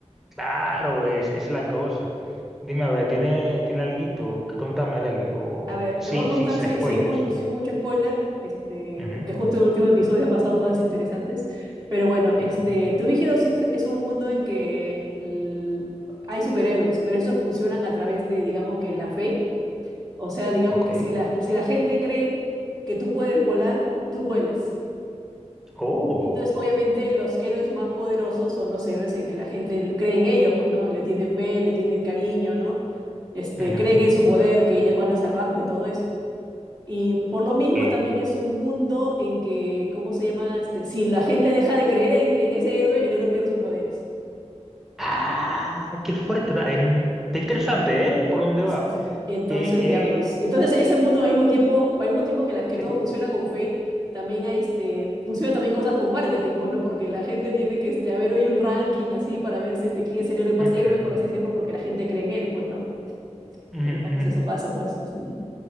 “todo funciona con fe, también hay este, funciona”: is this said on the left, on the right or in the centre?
Right